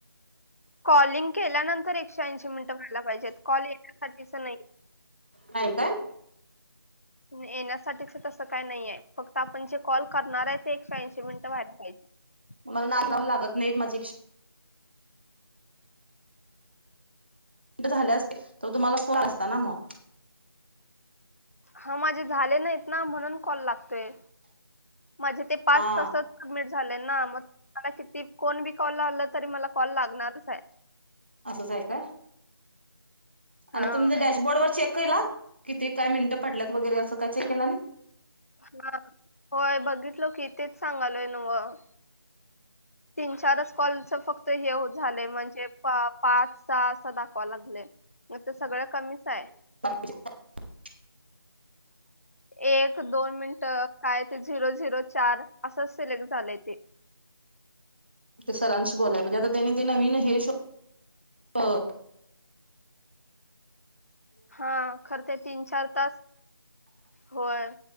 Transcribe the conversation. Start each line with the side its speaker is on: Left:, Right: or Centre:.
Left: कॉलिंग केल्यानंतर एकशे ऐशी मिनिट ते व्हायला पाहिजेत कॉल येण्यासाठीच नाही
Right: नाही काय
Left: येण्यासाठीच तस काय नाहीय फक्त आपण जे कॉल करणार आहे ते एकशे ऐशी मिनिट वायला पाहिजे
Right: मला नाक लाव लागत नाहीत माझे क झाले असतील तर तुम्हाला फोन असता ना मग
Left: हा माझे झाले नाहीत ना म्हणून कॉल लागतोय माझे ते पाच
Right: हा
Left: तासच सबमिट झाले ना मग मला किती कोण बी कॉल लावला तरी मला कॉल लागणारच आहे
Right: असचय का आणि
Left: हा
Right: तुमचं डॅशबोर्ड वर चेक केला किती काय मिनटं पडल्यात वगैरे असं काय चेक केला नाही?
Left: हा होय बघितलो की तेच सांगालोय नव्ह‌. तीन चारच कॉलच फक्त हे हो झालंय म्हणजे पाच सहा असं दाखवा लागलय मग ते सगळं कमीच आहे
Right: <unintelligible>
Left: एक दोन मिनट काय ते झिरो झिरो चार असंच सिलेक्ट झालंय ते
Right: ते सरांशी बोलाय पाहीजे आता त्याने ते नवीन हे शो
Left: हा खरं ते तीन चार तास होय